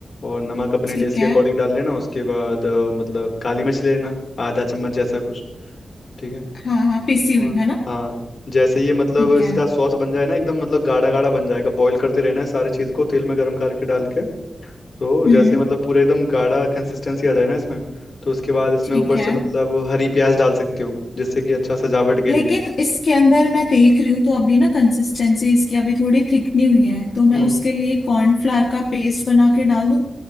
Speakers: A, on the left (about 45°); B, on the left (about 60°).
A: और नमक अपने
B: ठीक
A: टेस्ट
B: है
A: के अकॉर्डिंग डाल लेना उसके बाद आ, मतलब काली मिर्च ले लेना आधा चम्मच जैसा कुछ ठीक है
B: हाँ हाँ पिसी हुई
A: और
B: है ना
A: हाँ जैसे ये मतलब
B: ठीक
A: इसका
B: है
A: सॉस बन जाए ना एकदम मतलब गाढ़ा गाढ़ा बन जाएगा बॉईल करते रहना है सारी चीज़ को तेल में गर्म करके डाल के तो जैसे
B: हम्म
A: मतलब पूरा एकदम गाढ़ा कंसिस्टेंसी आ जाए ना इसमें तो उसके बाद इसमें
B: ठीक
A: ऊपर
B: है
A: से मतलब हरी प्याज डाल सकते हो जिससे कि अच्छा सजावट के
B: लेकिन
A: लिए
B: इसके अंदर मैं देख रही हूँ तो अभी ना कंसिस्टेंसी इसकी अभी थोड़ी थिक नहीं हुई है तो
A: हम्म
B: मैं उसके लिए कॉर्नफ्लावर का पेस्ट बना के डाल दूँ